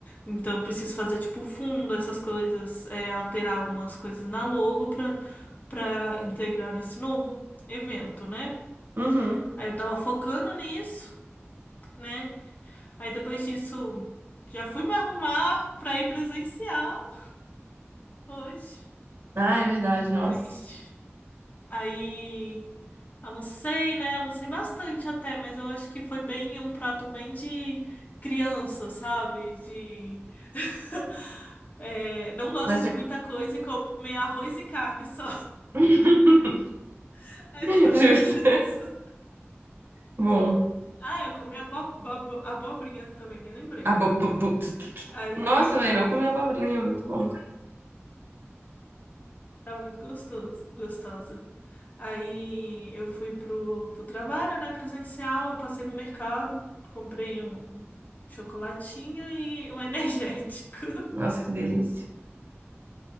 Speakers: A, on the left (about 35°); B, on the right (about 50°).
A: Então eu preciso fazer tipo fundo, essas coisas, é, alterar umas coisas na logo pra, pra integrar nesse novo evento, né?
B: Uhum.
A: Aí eu tava focando nisso, né? Aí depois disso já fui me arrumar pra ir presencial hoje.
B: Ah, é verdade, nossa.
A: Triste. Aí. Almocei, né? Almocei bastante até, mas eu acho que foi bem um prato bem de criança, sabe? De <laughs> é, não gosta
B: Mas você...
A: de muita coisa e come arroz e carne só.
B: <laughs>
A: <laughs> Aí
B: Justo.
A: foi isso.
B: Bom.
A: Ah, eu comi abo- abo- abobrinha também, nem lembrei.
B: Abo... bo- bo- tu- tu- tu-
A: Aí
B: Nossa, velho, não comi abobrinha, muito bom.
A: tava muito gostoso, gostosa. Aí eu fui pro, pro trabalho, né, presencial, eu passei no mercado, comprei um, um chocolatinho e um energético. <laughs>
B: Nossa, que delícia.